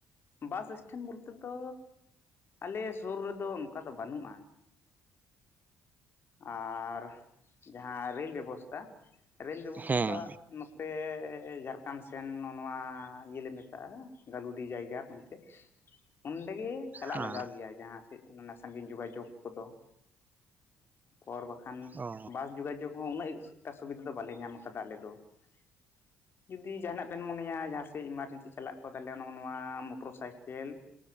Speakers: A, on the left; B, on the right.
A: ᱵᱟᱥ-ᱤᱥᱴᱮᱱᱰ ᱵᱚᱞᱛᱮ ᱫᱚ ᱟᱞᱮ ᱥᱩᱨ ᱨᱮᱫᱚ ᱚᱱᱠᱟ ᱫᱚ ᱵᱟᱹᱱᱩᱜ-ᱟ ᱾ ᱟᱨ ᱡᱟᱦᱟᱸ ᱨᱮᱞ ᱵᱮᱵᱚᱥᱛᱟ ᱨᱮᱞ ᱵᱮᱵᱚᱥᱛᱟ
B: ᱦᱮᱸ
A: ᱫᱚ ᱱᱚ ᱛᱮᱻ ᱡᱷᱟᱨᱠᱷᱚᱸᱰ ᱥᱮᱱ ᱱᱚᱣᱟ ᱤᱭᱟᱹᱞᱮ ᱢᱮᱛᱟᱜᱼᱟ ᱜᱟᱹᱞᱩᱰᱤ ᱡᱟᱭᱜᱟ ᱢᱮᱱᱛᱮ ᱚᱸᱰᱮ ᱜᱮ ᱪᱟᱞᱟᱜ
B: ᱦᱮᱸ
A: ᱞᱟᱜᱟᱣ ᱞᱮᱭᱟ ᱡᱟᱦᱟᱸ ᱥᱮᱫ ᱚᱱᱟ ᱥᱟᱺᱜᱤᱧ ᱡᱳᱜᱟᱡᱳᱜᱽ ᱠᱚᱫᱚ ᱾ ᱚᱨ ᱵᱟᱠᱷᱟᱱ
B: ᱚ
A: ᱵᱟᱥ ᱡᱳᱜᱟᱡᱳᱜᱽ ᱦᱚᱸ ᱩᱱᱟᱹᱜ ᱮᱠᱴᱟ ᱥᱩᱵᱤᱫᱷᱟ ᱫᱚ ᱵᱟᱞᱮ ᱧᱟᱢ ᱠᱟᱫᱟ ᱟᱞᱮ ᱫᱚ ᱾ ᱡᱩᱫᱤ ᱡᱟᱦᱟᱱᱟᱜ ᱵᱮᱱ ᱢᱚᱱᱮᱭᱟ ᱡᱟᱦᱟᱸ ᱥᱮᱫ ᱮᱢᱟᱨᱡᱮᱱᱥᱤ ᱪᱟᱞᱟᱜ ᱠᱚ ᱛᱟᱦᱚᱞᱮ ᱱᱚᱜᱚ ᱱᱚᱣᱟ ᱢᱚᱴᱚᱨ ᱥᱟᱭᱠᱮᱞ